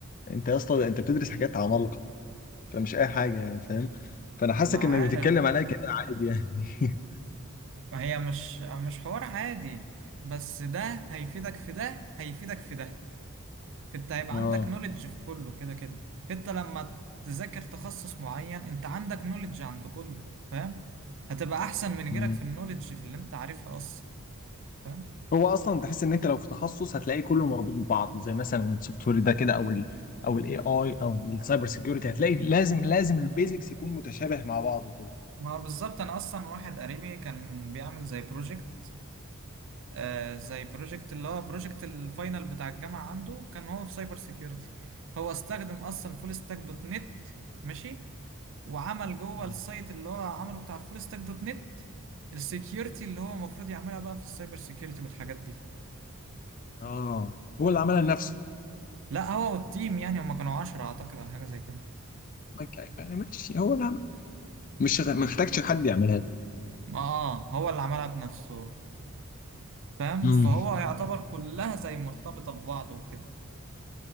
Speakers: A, on the left; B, on the right.
A: انت يا اسطى انت بتدرس حاجات عمالقة فمش اي حاجه يعني فاهم فانا حاسك
B: ما
A: انك
B: عارف
A: بتتكلم عليا كده عادي يعني <laughs>
B: هي مش مش حوار عادي بس ده هيفيدك في ده هيفيدك في ده فانت هيبقى
A: اه
B: عندك نوليدج في كله كده كده فانت لما تذاكر تخصص معين انت عندك نوليدج عند كله فاهم هتبقى احسن من
A: مم.
B: غيرك في النوليدج في اللي انت عارفها اصلا فاهم
A: هو اصلا تحس ان انت لو في تخصص هتلاقيه كله مربوط ببعض زي مثلا السوفت وير ده كده او ال او الاي اي او السايبر سيكيورتي هتلاقي لازم لازم البيزكس يكون متشابه مع بعضه كده
B: ما بالظبط انا اصلا واحد قريبي كان بيعمل زي بروجكت آه زي بروجكت اللي هو بروجكت الفاينل بتاع الجامعة عنده كان هو في سايبر سيكيورتي هو استخدم اصلا فول ستاك دوت نت ماشي وعمل جوه
A: مم.
B: السايت اللي هو عمله بتاع فول ستاك دوت نت السكيورتي اللي هو المفروض يعملها بقى في السايبر سيكيورتي والحاجات دي
A: اه هو اللي عملها لنفسه
B: لا هو والتيم يعني هم كانوا عشرة أعتقد على حاجة زي كده
A: مك- يعني ماشي هو اللي عمل مش غ- ما محتاجش حد يعملها
B: اه هو اللي عملها بنفسه فاهم
A: امم
B: فهو يعتبر كلها زي مرتبطة ببعض وكده